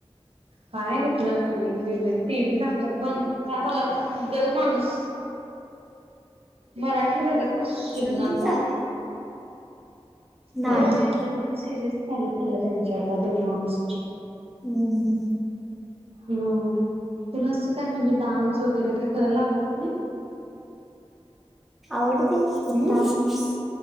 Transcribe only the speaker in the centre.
सगळं
पण चालू आहे
नाही
हम्म.
आवडतेच की
डान्स